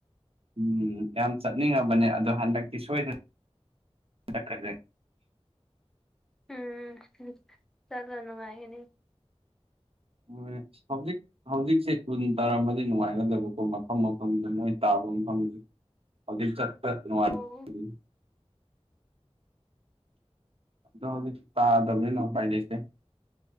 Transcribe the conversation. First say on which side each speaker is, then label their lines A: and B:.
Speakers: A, on the right; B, in the centre.
A: ꯎꯝ ꯌꯥꯝ ꯆꯠꯅꯤꯡꯉꯕꯅꯦ ꯑꯗꯣ ꯍꯟꯗꯛꯇꯤ ꯁꯣꯏꯗꯅ <unintelligible>
B: ꯎꯝ ꯆꯠꯂꯣ ꯅꯨꯡꯉꯥꯏꯒꯅꯤ
A: <unintelligible> ꯍꯧꯖꯤꯛ ꯍꯧꯖꯤꯛꯁꯦ ꯀꯨꯟ ꯇꯔꯥꯃꯗꯤ ꯅꯨꯡꯉꯥꯏꯒꯗꯕꯀꯣ ꯃꯐꯝ ꯃꯐꯝꯗ ꯃꯣꯏ ꯇꯥꯕ ꯃꯐꯝꯁꯦ ꯍꯧꯖꯤꯛ ꯆꯠꯄ <unintelligible>
B: ꯑꯣ
A: ꯑꯗꯨꯣ ꯍꯧ ꯇꯥꯗꯕꯅꯤꯅꯣ ꯄꯥꯏ ꯂꯩꯩꯇꯦ